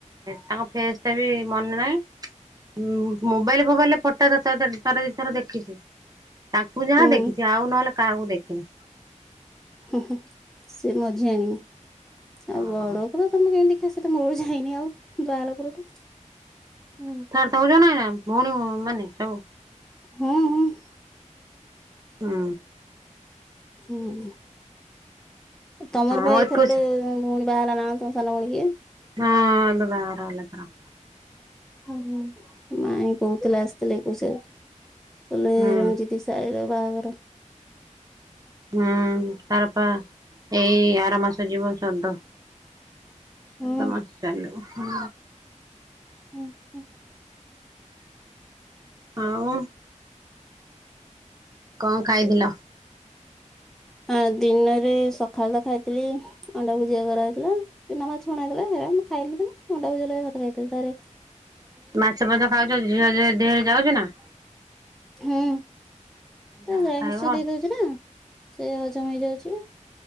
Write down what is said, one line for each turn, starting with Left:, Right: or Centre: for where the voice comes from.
Right: ତାଙ୍କ ଫେସଟା ବି ମନେ ନାହିଁ। ହୁଁ। ମୋବାଇଲ ଫୋବାଇଲରେ ଫଟୋ ସେତେବଳେ ଥରେ ଥରେ ଦିଥର ଦେଖିଛି, ତାଙ୍କୁ ଯାହା
Centre: ହୁଁ
Right: ଦେଖିଛି ଆଉ ନହେଲେ କାହାକୁ ଦେଖିନି।
Centre: ହଁ ହୁଁ ସେ ମଝିଆଣି, ଆଉ
Right: ଓହୋ
Centre: ବଡ ତାକୁ ତମେ କେମିତି ଦେଖିବ, ସେ ତ ମୁଳୁରୁ ଯାଇନି ଆଉ ବାହା ହେଲା ପରଠୁ ହୁଁ।
Right: କଥା ହଉଚନା ଭଉଣୀମାନେ ସବୁ?
Centre: ହୁଁ
Right: ହୁଁ।
Centre: ହୁଁ, ତମର ବା
Right: ହଁ
Centre: ଏଇଥର
Right: ଏକୋଇଶି
Centre: ଗୋଟେ ଭଉଣୀ ବାହାହେଲା ନା କଣ ତମ ସାନ ଭଉଣୀ କିଏ?
Right: ହଁ, ଏବେ ବାହାଘର ହେଲା ତାର।
Centre: ଓହ ମାଇଁ କହୁଥିଲେ ଆସିଥିଲେ ଏକୋଇଶିଆକୁ, କହିଲେ
Right: ହୁଁ
Centre: ରଞ୍ଜିତୀ ସାଳିର ବାହାଘର।
Right: ହୁଁ ତାର ପା ଏଇ ଆର ମାସ ଯିବ ଶ୍ରାଦ୍ଧ। ସାତ
Centre: ହୁଁ
Right: ମାସ ଚାଲିବ ହୁଁ।
Centre: ହୁଁ ହୁଁ।
Right: ଆଉ କଣ ଖାଇଥିଲ?
Centre: ହଁ ଦିନରେ ସକାଳେ ତ ଖାଇଥିଲି ଅଣ୍ଡା ଭୁଜିଆ କରାହେଇଥିଲା। ଚୁନାମାଛ ଅଣା ହେଇଥିଲା। ସେଇଟା ମୁଁ ଖାଇଲିନି, ଅଣ୍ଡାଭୁଜିଆ ଭାତ ଖାଇଥିଲି ତାପରେ
Right: ମାଛ ପାଛ ଖାଉଛ, ଝି ଝିଅ ଦେହରେ ଯାଉଛୁ ନା?
Centre: ହୁଁ, ତାର
Right: ଯାହା
Centre: <unintelligible>
Right: ଖାଇବ।
Centre: ମିର୍ଶ ଦେଇ ଦଉଛି। ନା ସେ ହଜମ ହେଇଯାଉଛି।